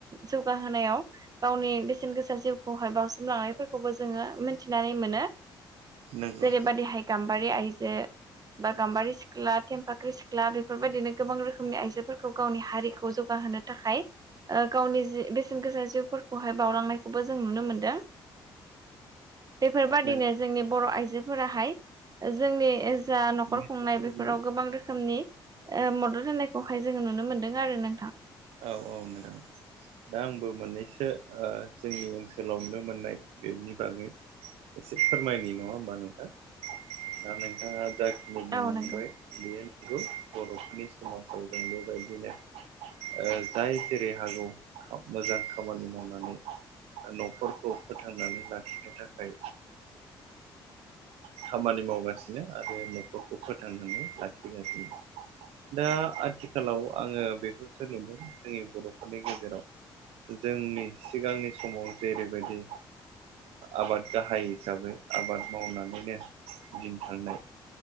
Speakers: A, on the right; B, on the right.
A: जौगाहोनायाव गावनि बेसेन गोसा जिउखौहाय बावसिम लांनायफोरखौबो जोङो थिनानै मोनो
B: नंगौ
A: जेरैबदिहाय गाम्बारि आइजो बा गाम्बारि सिख्ला थेमफाख्रि सिख्ला बेफोरबायदिनो गोबां रोखोमनि आइजोफोरखौ गावनि हारिखौ जौगाहोनो थाखाय गावनि जि बेसेन गोसा जिउफोरखौहाय बावलांनाय खौबो जों नुनो मोनदों बेफोरबायदि
B: नोंथांनाव
A: नो जोंनि बर' आइजोफोराहाय जोंनि फ जा न'खर
B: मिथिनो
A: खुंनाय बेफोराव
B: मोनबाय
A: गोबां रोखोमनि मदद होनायखौहाय जोङो नुनो मोन्दों आरो नोंथां
B: औ औ मेडाम दा आंबो मोननैसो जोंनि ओनसोलाव नुनो मोननाय बेनि बागै एसे फोरमायनाय नङा होमबा नोंथाङ दा नोंथाङा जाय बुंलांबाय
A: औ नंगौ
B: बेयो नंगौ बर'फोरनि समाजाव जों बेबायदिनो ओ जाय जेरै हागौ मोजां खामानि मावनानै न'फोरखौ फोथांनानै लाखिनो थाखाय खामानि मावगासिनो आरो न'खरखौ फोथांनानै लाखिगासिनो दा आथिखालाव आङो बेखौसो नुदों जोंनि बर'फोरनि गेजेराव जोंनि सिगांनि समाव जेरैबायदि आबाद गाहाय हिसाबै आबाद मावनानैनो दिनथांनाय